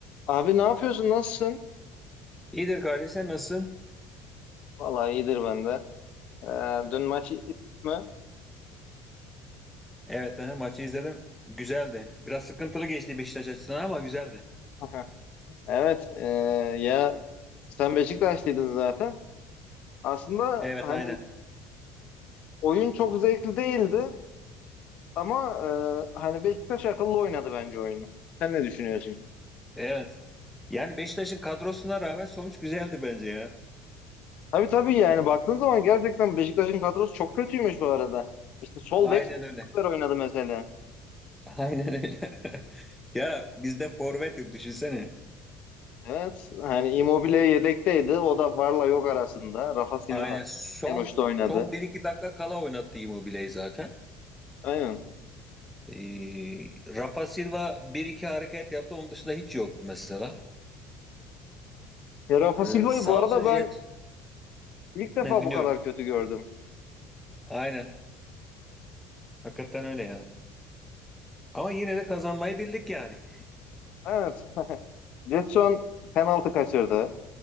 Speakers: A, on the left; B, in the centre.
A: Abi ne yapıyorsun? Nasılsın?
B: İyidir kardeşim nasılsın?
A: Vallahi iyidir ben de. Ee, dün maçı izledin mi?
B: Evet aha, maçı izledim. Güzeldi. Biraz sıkıntılı geçti Beşiktaş açısından ama güzeldi.
A: Aha. <laughs> Evet. ee, ya sen Beşiktaşlıydın zaten. Aslında
B: Evet
A: hani
B: aynen.
A: oyun çok zevkli değildi ama ee, hani Beşiktaş akıllı oynadı bence oyunu. Sen ne düşünüyorsun?
B: Evet. Yani Beşiktaş'ın kadrosuna rağmen sonuç güzeldi bence ya.
A: Tabii tabii yani baktığın zaman gerçekten Beşiktaş'ın kadrosu çok kötüymüş bu arada. İşte sol
B: Aynen
A: bek stoper
B: öyle.
A: oynadı mesela.
B: Aynen öyle. <laughs> Ya bizde forvet yok düşünsene.
A: Evet. Hani Immobile yedekteydi. O da varla yok arasında. Rafa Silva
B: Aynen son
A: en uçta oynadı.
B: son bir iki dakika kala oynattı Immobile'yi zaten.
A: Aynen.
B: Ee, Rafa Silva bir iki hareket yaptı. Onun dışında hiç yoktu mesela.
A: Ya Rafa
B: Ee,
A: Silva'yı
B: sağ
A: bu arada
B: olsun Jet.
A: ben ilk defa
B: Ne dinliyorum.
A: bu kadar kötü gördüm.
B: Aynen. Hakikaten öyle ya. Ama yine de kazanmayı bildik yani.
A: Evet. Jetson penaltı kaçırdı.